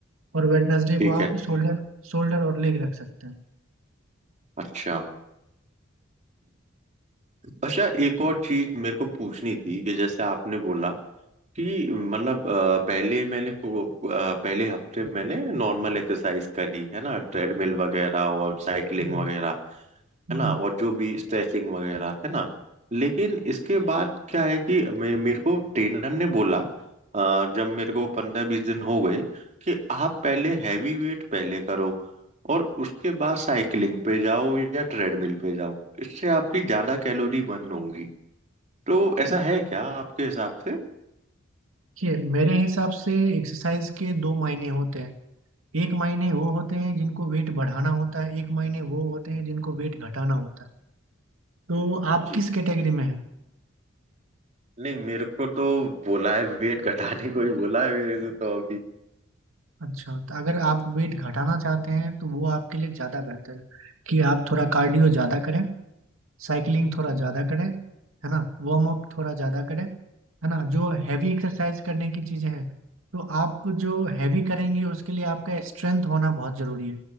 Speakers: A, on the right (about 85°); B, on the right (about 35°).
A: और वेडनेसडे को
B: ठीक
A: आप
B: है
A: शोल्डर शोल्डर और लेग रख सकते हैं
B: अच्छा अच्छा एक और चीज मेरे को पूछनी थी कि जैसे आपने बोला कि मतलब अ, पहले मैंने को अ, पहले हफ्ते मैंने नॉर्मल एक्सरसाइज करी है ना ट्रेडमिल वगैरह और साइकिलिंग
A: हम्म,
B: वगैरह
A: हम्म।
B: है ना और जो भी स्ट्रेचिंग वगैरह है ना लेकिन इसके बाद क्या है कि मैं मेरे को ट्रेनर ने बोला अ, जब मेरे को पंद्रह बीस दिन हो गए कि आप पहले हैवी वेट पहले करो और उसके बाद साइकिलिंग पे जाओ या ट्रेडमिल पे जाओ इससे आपकी ज्यादा कैलोरी बर्न होंगी तो ऐसा है क्या आपके हिसाब से
A: देखिए मेरे हिसाब से एक्सरसाइज के दो मायने होते हैं एक मायने वो होते हैं जिनको वेट बढ़ाना होता है एक मायने वो होते हैं जिनको वेट घटाना होता है तो आप
B: जी
A: किस कैटेगरी में हैं
B: नहीं मेरे को तो बोला है वेट घटाने को ही बोला है मेरे से तो अभी
A: अच्छा तो अगर आप वेट घटाना चाहते हैं तो वो आपके लिए ज़्यादा बेहतर है कि आप थोड़ा कार्डियो ज़्यादा करें साइकिलिंग थोड़ा ज़्यादा करें है ना वार्म अप थोड़ा ज़्यादा करें है ना जो हैवी एक्सरसाइज करने की चीजें हैं तो आप जो हैवी करेंगे उसके लिए आपका स्ट्रेंथ होना बहुत जरूरी है